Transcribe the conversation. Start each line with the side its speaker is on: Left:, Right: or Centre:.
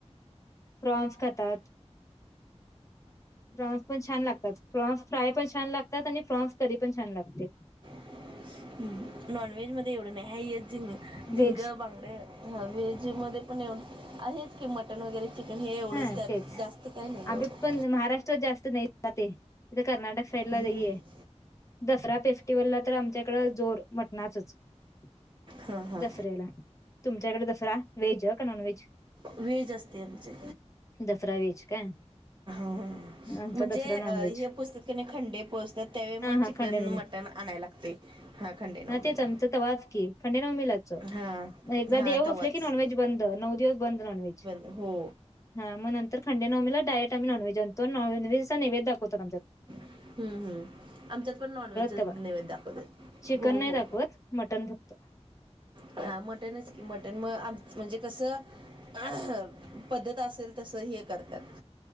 Left: प्रॉन्स खातात. प्रॉन्स पण छान लागतात. प्रॉन्स फ्राय पण छान लागतात. आणि प्रॉन्स करी पण छान लागते.
Right: <inaudible> हम्म, नॉनव्हेज मध्ये एवढं नाही. आहे एक झिंग, झिंग
Left: व्हेज
Right: बांगड हा व्हेज मध्ये पण एव, आहेच की मटन वगैरे चिकन हे एवढंच
Left: हा
Right: त्यात.
Left: तेच
Right: जास्त काय नाही
Left: आम्ही
Right: एवढं.
Left: पण महाराष्ट्र जास्त नाही जातंये. इथे कर्नाटक साईड ला
Right: हम्म
Left: लईये. <inaudible> दसरा फेस्टिवला तर आमच्याकडं जोर मटणाचंच <inaudible>
Right: हा हा
Left: दसऱ्याला. तुमच्याकडे दसरा व्हेज का नॉन व्हेज?
Right: व्हेज असते आमचे
Left: दसरा व्हेज काय?
Right: हम्म
Left: आमचा
Right: म्हणजे
Left: दसरा नॉन
Right: अ
Left: व्हेज
Right: हे पोचतात कि नाही खंडे पोचतात त्यावेळी
Left: हा
Right: मग
Left: हा
Right: चिकन,
Left: खंडेनवी
Right: मटण आणायला लागते.
Left: <inaudible>
Right: हां खंडे नवमीला
Left: हा तेच आमचं तवाच की, खंडेराव मिलात च.
Right: हां
Left: एकदा
Right: हां
Left: देव
Right: तवाच
Left: बसले की, नॉनव्हेज बंद. नऊ दिवस बंद नॉनव्हेज.
Right: हो.
Left: हा मग नंतर खंडे नवमी डायरेक्ट आम्ही नॉनव्हेज आणतो, नॉनव्हेज, व्हेजचा निवेद दाखवतो.
Right: हम्म हम्म आमच्यात पण नॉनव्हेजच
Left: तेव्हा
Right: निवेद दाखवतात.
Left: चिकन
Right: हो
Left: नाही
Right: हो.
Left: दाखवत मटन फक्त
Right: हा मटणच की, मटण म आम म्हणजे कसं अ पद्धत असेल तस हे करतात.